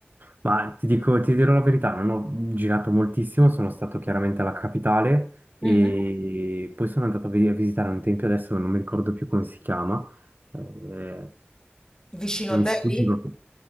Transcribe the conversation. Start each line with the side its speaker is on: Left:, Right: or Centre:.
Right: Ma ti dico, ti dirò la verità, non ho girato moltissimo, sono stato chiaramente alla capitale e
Left: Mhm.
Right: poi sono andato a vi- a visitare un tempio, adesso non mi ricordo più come si chiama, eh,
Left: Vicino
Right: mi
Left: a Delhi?
Right: sfugge proprio.